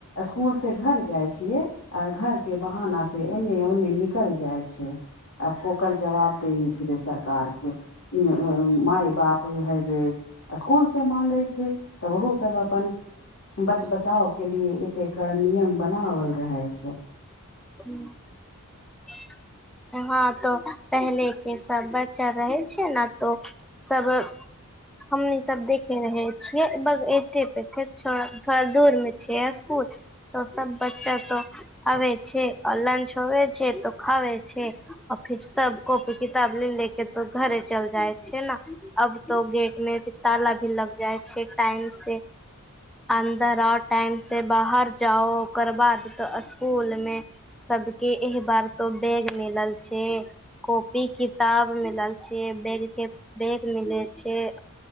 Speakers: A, on the left; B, in the centre.
A: स्कूल से घर जाइ छियै आ घर के बहाना से एने ओने निकल जाय छै आब ओकर जवाब दैही फिरे सरकारके <unintelligible> माय बाप हैजे स्कुलसँ मांगै छै तऽ ओहोसभ अपन बच बचाव के लिए एते कड़ नियम बनावल रहै छै
B: हूंम्म हँ तऽ पहिल के सब बच्चा रह छै ने तो सब हमनी सब देखे रहै छियै एते पेे छै थोड़ा दूर मे छियै स्कुल त सब बच्चा त आवे छैय आ लंज होवे छैय त खावे छैय। आ फिर सब कॉपी किताब ले लेके तो घरे चल जाइ छैय ने अब तो गेट मे भी ताला भी लग जाइ छैय टाइम से अन्दर आओ टाइम से बाहर जाओ ओकर बाद त स्कूल में सबके एहि बार तो बैग मिलल छैय। कॉपी किताब मिलल छैय बैग के बैग मिलल छैय।